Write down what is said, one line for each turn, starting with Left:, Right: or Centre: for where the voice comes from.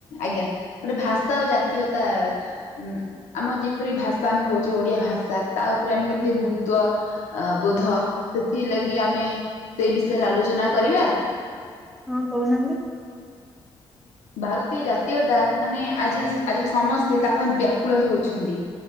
Left: ଆଜ୍ଞା ଗୋଟେ ଭାଷା ଆଉ ଜାତୀୟତା ଉଁ ଆମ ଜିପରି ଭାଷା ଆମେ କହୁଚେ ଓଡ଼ିଆ ଭାଷା ତା ଉପରେ ଆମେ କେତେ
Centre: ହୁଁ,
Left: ଗୁରୁତ୍ୱ ଅ ବୋଧ ସେଥିଲାଗି ଆମେ ସେଇ ବିଷୟରେ ଆଲୋଚନା କରିବା।
Centre: ହଁ କହୁନାହାନ୍ତି।
Left: ଭାରତୀୟ ଜାତୀୟତା ମାନେ ଆଜି ଆଜି ସମସ୍ତେ ତା ପାଇଁ ବ୍ୟାକୁଳ ହେଉଛନ୍ତି।